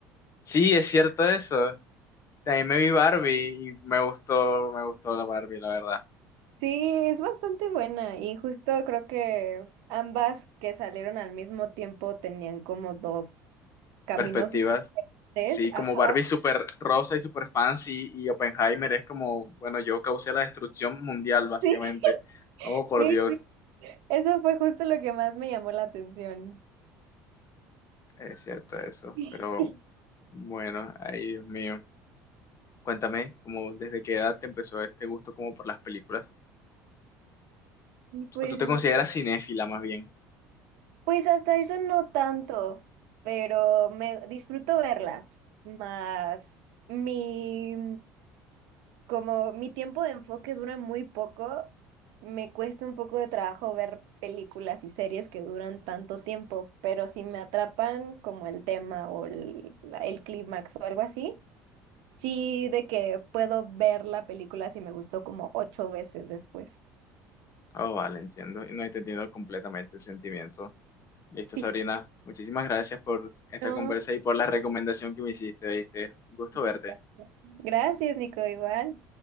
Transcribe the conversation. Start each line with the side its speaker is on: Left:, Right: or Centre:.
Left: Sí, es cierto eso. También me vi Barbie y me gustó, me gustó la Barbie, la verdad.
Right: Sí, es bastante buena y justo creo que ambas que salieron al mismo tiempo tenían como dos caminos
Left: Perspectivas.
Right: muy diferentes.
Left: Sí,
Right: Ajá,
Left: como Barbie súper rosa y súper fancy y Oppenheimer es como, bueno, yo causé la destrucción mundial, básicamente.
Right: sí, <laughs>
Left: Oh, por
Right: sí,
Left: Dios.
Right: sí. Eso fue justo lo que más me llamó la atención.
Left: Es cierto eso.
Right: <laughs>
Left: Pero bueno, ay, Dios mío. Cuéntame, como desde qué edad te empezó este gusto como por las películas?
Right: Pues,
Left: ¿O tú te consideras cinéfila más bien?
Right: pues hasta eso no tanto, pero me disfruto verlas. Más mi, Como mi tiempo de enfoque dura muy poco, me cuesta un poco de trabajo ver películas y series que duran tanto tiempo, pero si me atrapan como el tema o el, la- el clímax o algo así, sí de que puedo ver la película si me gustó como ocho veces después.
Left: Oh, vale, entiendo. Y No he entendido completamente el sentimiento. Listo,
Right: <laughs> Sí,
Left: Sabrina.
Right: sí. sí.
Left: Muchísimas gracias por esta
Right: No.
Left: conversa y por la recomendación que me hiciste, ¿viste? Un gusto
Right: sí,
Left: verte.
Right: Gracias, Nico, igual.